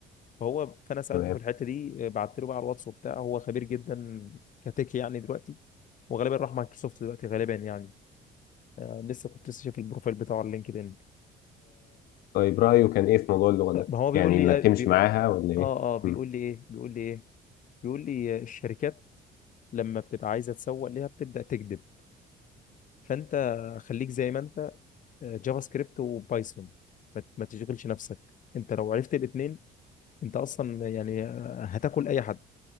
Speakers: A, on the left (about 50°); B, on the left (about 65°).
A: فهو فانا سالته
B: تمام
A: في الحته دي آه، بعت له بقى على الواتس وبتاع هو خبير جدا كتك يعني دلوقتي وغالبا راح مايكروسوفت دلوقتي غالبا يعني آه، لسه كنت لسه شايف البروفايل بتاعه على لينكدين
B: طيب رأيه كان إيه في موضوع اللغة
A: طب
B: ده؟
A: هو بيقول
B: يعني
A: لي
B: إنك تمشي
A: بيقول
B: معاها ولا إيه؟
A: اه اه بيقول
B: مم.
A: لي ايه بيقول لي ايه بيقول لي الشركات لما بتبقى عايزه تسوق ليها بتبدا تكذب فانت خليك زي ما انت آه، جافا سكريبت وبايثون ما ما تشغلش نفسك انت لو عرفت الاثنين انت اصلا يعني آه، هتاكل اي حد